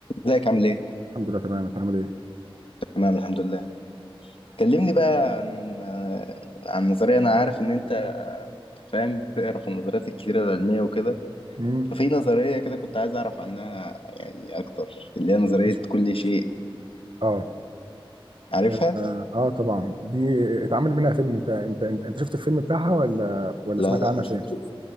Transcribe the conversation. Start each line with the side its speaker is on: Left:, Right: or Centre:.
Left: ازيك عامل ايه؟
Right: الحمد لله تمام انت عامل ايه؟
Left: تمام الحمد لله كلمني بقى عن آه، عن نظرية انا عارف ان انت آه، فاهم بتقرا في النظريات الكتيرة العلمية وكده
Right: امم
Left: ففي نظرية كده كنت عايز اعرف عنها يعني اكتر اللي هي نظرية
Right: ماشي
Left: كل شيء
Right: اه
Left: عارفها؟
Right: اه آه، طبعا دي اتعمل منها فيلم انت انت انت انت شفت الفيلم بتاعها ولا ولا
Left: لا
Right: سمعت
Left: لا
Right: عنها
Left: ما شفتوش
Right: فين؟